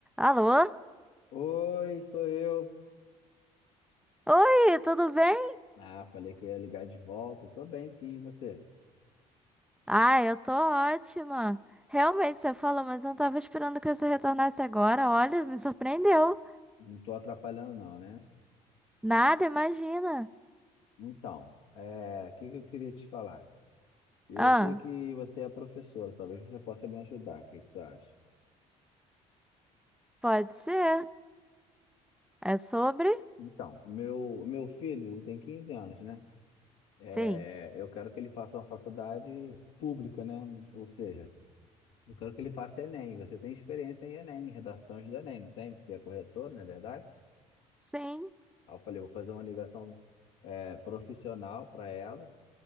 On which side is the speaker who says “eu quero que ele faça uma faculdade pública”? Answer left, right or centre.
Left